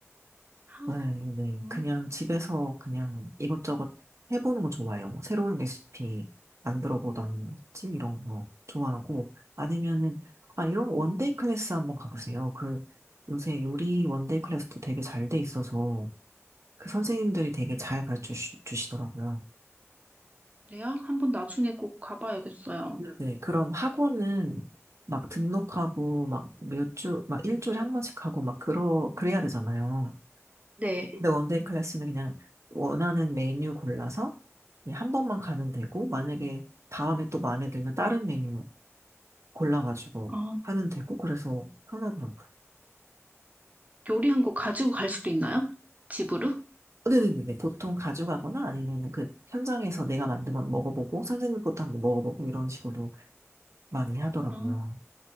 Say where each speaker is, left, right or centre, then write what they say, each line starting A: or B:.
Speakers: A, on the right (about 30°); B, on the right (about 70°).
A: 아,
B: 네, 네.
A: 음.
B: 그냥 집에서 그냥 이것저것 해보는 거 좋아해요. 뭐 새로운 레시피 만들어 보던지 이런 거 좋아하고, 아니면은, 아, 이런 원데이 클래스 한번 가보세요. 그, 요새 요리 원데이 클래스도 되게 잘 돼 있어서, 그 선생님들이 되게 잘 가르쳐 주- 주시더라고요.
A: 그래요? 한번 나중에 꼭 가봐야겠어요.
B: 네, 그럼 학원은 막 등록하고, 막 몇 주, 막 일주일에 한 번씩 하고, 막 그러, 그래야 되잖아요.
A: 네.
B: 근데 원데이 클래스는 그냥 원하는 메뉴 골라서 그냥 한 번만 가면 되고, 만약에 다음에 또 마음에 들면 다른 메뉴 골라가지고
A: 어,
B: 하면 되고, 그래서 편하더라고요.
A: 요리한 거 가지고 갈 수도 있나요? 집으로?
B: 근데 네 보통 가져가거나 아니면 그 현장에서 내가 만든 건 먹어보고, 선생님 것도 한번 먹어보고 이런 식으로 많이 하더라고요.
A: 어,